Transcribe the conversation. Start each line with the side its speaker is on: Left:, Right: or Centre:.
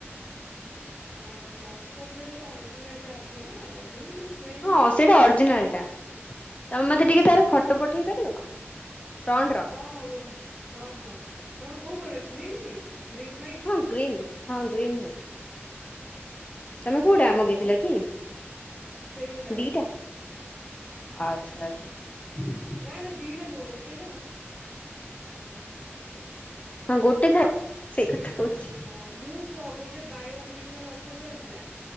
Centre: ହଁ ପର୍ପଲରେ ତ ଅରିଜିନାଲ୍ଟା ଆସିବ ନା। ଅରିଜିନାଲ୍ କିଛି ସ୍ମେଲ
Left: ହଁ
Centre: ନାହିଁ।
Left: ସେଇଟା ଅରିଜିନାଲଟା।
Centre: ସ୍ମେଲ
Left: ତମେ ମତେ ଟିକେ
Centre: ହଁ
Left: ତାର ଫ ଫଟ ପଠେଇ ପାରିବ, ଫ୍ରଣ୍ଟର।
Centre: ହଁ ହଁ ମୁଁ ହଁ ହଁ ତମର କୋଉ କଲର୍ ଗ୍ରୀନ୍ ଟି, ଗ୍ରୀନ୍ ହ୍ୱାଇଟ୍।
Left: ହଁ ଗ୍ରୀନ୍। ହଁ ଗ୍ରୀନ୍ ହ୍ୱାଇ ତମେ
Centre: ହଁ
Left: କୋଉଟା
Centre: ହଁ
Left: ମଗେଇଥିଲ
Centre: ମୋର ଅଛି
Left: କି?
Centre: ସେଇ ଗୋଟାକ
Left: ଦି ଟା ଆଚ୍ଛା। <unintelligible>
Centre: ନା ନା ଦିଟା ନୁଅଁ। ଗୋଟେ ନା
Left: ହଁ ଗୋଟେ ଥାଉ। ସେଇ କଥା। କହୁଛି
Centre: ହଁ। ମୁଁ ତ ଗୋଟେ buy one get one offer ଚାଲିଥିଲା।